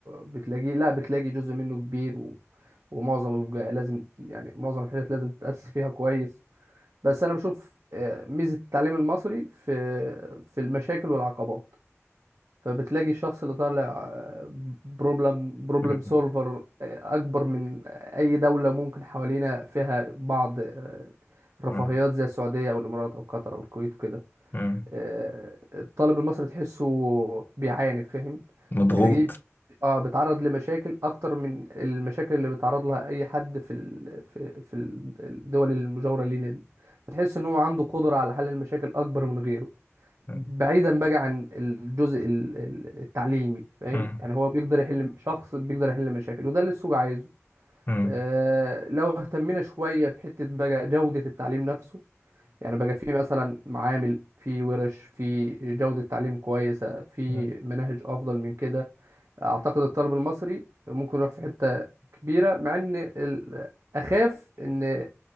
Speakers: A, on the right; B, on the left.
A: بتلاقيه لا بتلاقي جزء منه كبير و... ومعظم بيبقى لازم يعني معظم الحاجات لازم تتأسس فيها كويس بس انا بشوف آه، ميزه التعليم المصري في في المشاكل والعقبات فبتلاقي الشخص اللي طالع بروبلم بروبلم
B: مم.
A: سولفر اكبر من اي دوله ممكن حوالينا فيها بعض آه، رفاهيات
B: مم.
A: زي السعوديه او الامارات او قطر او الكويت وكده
B: مم.
A: آه، الطالب المصري تحسه بيعاني فاهم
B: مضغوط
A: فتلاقيه اه بيتعرض لمشاكل اكتر من المشاكل اللي بيتعرض لها اي حد في ال... في في الدول المجاوره لينا دي فتحس ان هو عنده قدره على حل المشاكل اكبر من غيره
B: مم.
A: بعيدا بقى عن الجزء ال- ال- التعليمي فاهم
B: مم.
A: يعني هو بيقدر يحل شخص بيقدر يحل مشاكل وده اللي السوق عايزه
B: مم.
A: آه لو اهتمينا شويه بحته بقى جوده التعليم نفسه يعني بقى في مثلا معامل في ورش في جودة تعليم كويسة في
B: مم.
A: مناهج أفضل من كده أعتقد الطالب المصري ممكن يروح في حتة كبيرة مع إن ال- أخاف إن